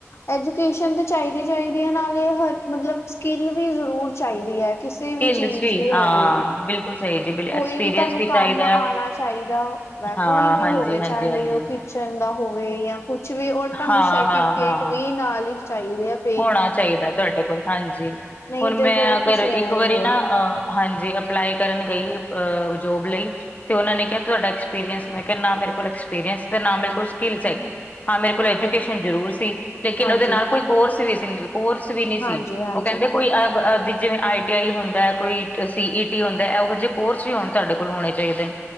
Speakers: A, on the left (about 60°); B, on the left (about 30°).
A: ਐਜੂਕੇਸ਼ਨ ਤੇ ਚਾਈਦੀ-ਚਾਹੀਦੀ ਐ, ਨਾਲੇ ਹਰ ਮਤਲਬ ਸਕਿੱਲ ਵੀ ਜਰੂਰ ਚਾਈਦੀ ਐ। ਕਿਸੇ
B: ਸਕਿੱਲਸ
A: ਵੀ ਚੀਜ ਦੀ ਹੋਵੇ।
B: ਹਾਂ ਬਿਲਕੁਲ ਸਹੀ ਜੀ ਬਿਲ ਐਕਸਪੀਰੀਅੰਸ
A: ਕੋਈ ਵੀ ਤੂਆਨੂੰ ਕੰਮ
B: ਚਾਹੀਦਾ
A: ਆਣਾ
B: ਹੈ
A: ਚਾਈਦੈ ਹੁੰਦੈ,
B: ਹਾਂ
A: ਕੋਈ ਵੀ
B: ਹਾਂਜੀ
A: ਹੋਵੇ
B: ਹਾਂਜੀ
A: ਚਾਹੇ
B: ਹਾਂਜੀ
A: ਓ ਕਿ ਚੰਗਾ ਹੋਵੇ ਯਾ ਕੁੱਛ ਵੀ ਔਰ ਤੁਆਨੂੰ
B: ਹਾਂ
A: ਸਰਟੀਫਿਕੇਟ
B: ਹਾਂ ਹਾਂ
A: ਵੀ ਨਾਲ ਈ ਚਾਈਦੇ ਐ।
B: ਹੋਣਾ ਚਾਈਦੈ ਤੁਆਡੇ ਕੋਲ, ਹਾਂਜੀ
A: ਨਹੀਂ
B: ਹੁਨ
A: ਤੇ
B: ਮੈਂ
A: ਫੇਰ
B: ਅਗਰ
A: ਤੁਸੀਂ
B: ਇੱਕ
A: ਐ ਹੀ
B: ਵਾਰੀ
A: ਹੋ
B: ਨਾ ਅ ਹਾਂਜੀ, ਅਪਲਾਈ ਕਰਨ ਗਈ ਅ ਜੋਬ ਲਈ ਤੇ ਓਨਾਂ ਨੇ ਕੇਆ ਤੁਆਡਾ ਐਕਸਪੀਰੀਅੰਸ, ਮੈਂ ਕੇਆ ਨਾ ਮੇਰੇ ਕੋਲ ਐਕਸਪੀਰੀਅੰਸ, ਤੇ ਨਾ ਮੇਰੇ ਕੋਲ ਸਕਿਲਸ ਹੈਗੀ ਹਾਂ ਮੇਰੇ ਕੋਲ ਐਜੂਕੇਸ਼ਨ
A: ਹਾਂਜੀ
B: ਜਰੂਰ ਸੀ ਲੇਕਿਨ
A: ਹਾਂਜੀ
B: ਓਦੇ ਨਾਲ ਕੋਈ ਕੋਰਸ ਵੀ ਸੀ ਨੀ ਕੋਰਸ ਵੀ ਨੀ ਸੀ,
A: ਹਾਂਜੀ ਹਾਂਜੀ
B: ਓ ਕੈਂਦੇ ਕੋਈ ਅ ਬ ਅ ਜਿਵੇਂ ਆਈ ਟਿ ਆਈ ਹੁੰਦੈ, ਕੋਈ ਸੀ ਈ ਟੀ ਹੁੰਦੈ, ਐਹੋ ਜੇ ਕੋਰਸ ਵੀ ਹੁਨ ਤੁਆਡੇ ਕੋਲ ਹੋਣੇ ਚਾਈਦੇ ਨ।